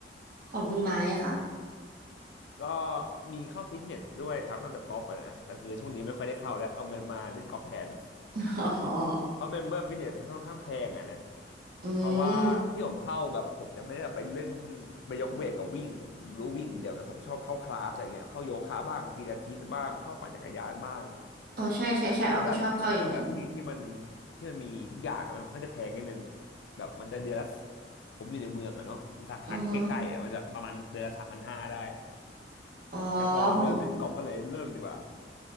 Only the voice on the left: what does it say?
ก็มีเข้าฟิตเนสด้วยครับนอกจากกอล์ฟอะนะแต่คือช่วงนี้ไม่ค่อยได้เข้าแล้วเอาเงินมาเล่นกอล์ฟแทน
เพราะเมมเบอร์ฟิตเนสก็ค่อนข้างแพงอ่ะนะ
เพราะว่าที่ผมเข้าแบบผมจะไม่ได้แบบไปเล่น
ไปยกเวทกับวิ่งรู้วิ่งเดี๋ยวนะผมชอบเข้าคลาสอะไรเงี้ยเข้าโยคะบ้างพิลาทิสบ้างเข้าปั่นจักรยานบ้าง
แล้วแบบแล้วแบบที่ที่มันที่มันมีทุกอย่างอะมันก็จะแพงนิดนึงแบบมันจะเดือนละผมอยู่ในเมืองอะเนาะสาขาที่ใกล้ๆอะมันจะประมาณเดือนละสามพันห้าได้
แต่พอเริ่มเล่นกอล์ฟก็เลยเลิกดีกว่า